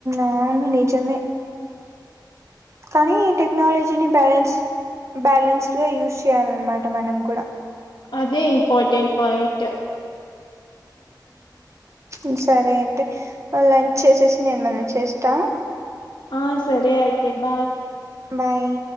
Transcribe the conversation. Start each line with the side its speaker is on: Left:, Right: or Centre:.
Right: అవును నిజమే కానీ టెక్నలజీ ని బ్యాలెన్స్ బ్యాలెన్స్డ్ గా యూస్ చేయాలన్నమాట మనం కూడా
Left: అదే ఇంపార్టెంట్ పాయింట్
Right: ఉమ్ సరే అయితే లంచ్ చేసేసి నేను మళ్ళీ చేస్తా
Left: ఆ సరే అయితే బాయ్
Right: బాయ్